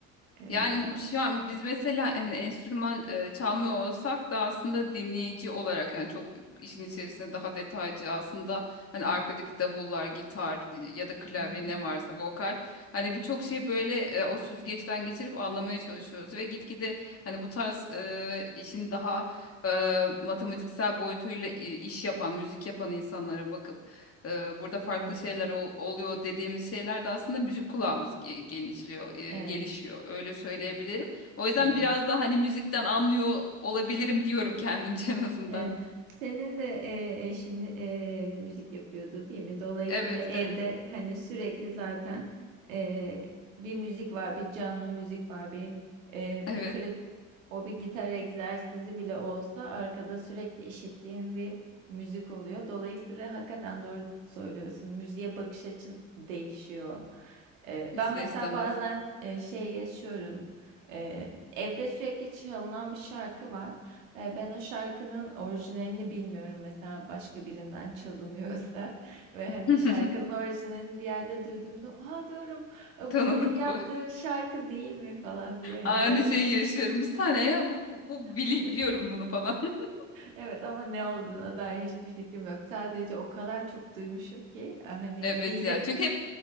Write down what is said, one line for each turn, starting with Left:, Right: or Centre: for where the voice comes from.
Right: E,
Left: Yani
Right: ama
Left: şu an biz mesela en enstrüman e, çalmıyor olsak da aslında dinleyici olarak yani çok işin içerisinde daha detaycı aslında hani arkadaki davullar, gitar e, ya da klavye
Right: Hı hı.
Left: ne varsa vokal hani birçok şey böyle e, o süzgeçten geçirip anlamaya çalışıyoruz ve gitgide hani bu tarz e, işin daha e, matematiksel boyutuyla i- iş yapan, müzik yapan insanlara bakıp e, burada farklı
Right: evet,
Left: şeyler ol- oluyor dediğimiz şeyler de aslında müzik kulağımız ge- genişliyor, e,
Right: evet,
Left: gelişiyor. Öyle söyleyebilirim. O yüzden
Right: evet,
Left: biraz da hani müzikten anlıyor olabilirim diyorum kendimce en azından.
Right: evet. Senin de e, eşin e, müzik yapıyordu değil mi? Dolayısıyla
Left: Evet,
Right: evde
Left: evet,
Right: hani sürekli zaten e, bir müzik var, bir canlı müzik var, bir e,
Left: evet.
Right: bir pratik O bir gitar egzersizi bile olsa arkada sürekli işittiğim bir müzik oluyor. Dolayısıyla hakikaten doğru söylüyorsun. Müziğe bakış açın değişiyor. Ee,
Left: İster
Right: ben mesela
Left: istemez.
Right: bazen e, şey yaşıyorum. Ee, evde sürekli çalınan bir şarkı var. Ee, ben o şarkının orijinalini bilmiyorum mesela başka birinden çalınıyorsa <laughs> ve
Left: <laughs>
Right: hani şarkının orijinalini bir yerde duyduğumda, "Aa" diyorum, "e,
Left: Tanıdık
Right: bu senin yaptığın
Left: bu.
Right: şarkı değil mi?" falan diye hani
Left: Aynı
Right: böyle
Left: şeyi yaşıyorum. Bir saniye ya bu, bu, bu bili-
Right: <laughs>
Left: biliyorum bunu falan. <laughs>
Right: Evet ama ne olduğuna dair hiçbir fikrim yok. Sadece o kadar çok duymuşum ki e, hani
Left: Evet
Right: zihnim
Left: ya. Çünkü hep